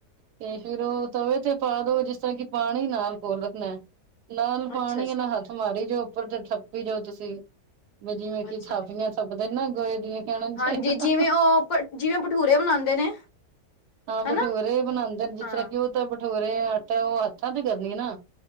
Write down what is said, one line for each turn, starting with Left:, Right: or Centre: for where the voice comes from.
Right: ਤੇ ਫਿਰ ਉਹ ਤਵੇ ਤੇ ਪਾ ਦੋ ਜਿਸ ਤਰ੍ਹਾਂ ਕਿ ਪਾਣੀ ਨਾਲ ਕੋੋਲ ਰੱਖਣਾ, ਨਾਲ
Left: ਅੱਛਾ
Right: ਪਾਣੀ
Left: ਜੀ
Right: ਨਾਲ ਹੱਥ ਮਾਰੀ ਜਾਓ। ਉੱਪਰ ਤੋਂ ਥੱਪੀ ਜਾਓ ਤੁਸੀਂ ਵੀ ਜਿਵੇਂ ਕਿ
Left: ਅੱਛਾ
Right: ਥਾਪੀਆਂ ਥੱਪਦੇ ਨਾ ਗੋਹੇ ਦੀਆਂ ਕਹਿਣਾ ਨੀ ਚਾਹੀਦਾ
Left: ਹਾਂਜੀ ਜਿਵੇਂ ਉਹ ਜਿਵੇਂ ਭਠੂਰੇ ਬਣਾਂਦੇ ਨੇ।
Right: ਹਾਂ ਬਠੂਰੇ
Left: ਹਨਾ
Right: ਬਣਾਂਦੇ ਨੇ ਜਿਸ
Left: ਹਾਂ
Right: ਤਰ੍ਹਾਂ ਕਿ ਉਹ ਤਾਂ ਭਠੂਰੇ ਆਟਾ ਉਹ ਹੱਥਾਂ ਤੇ ਕਰਨੀ ਨਾ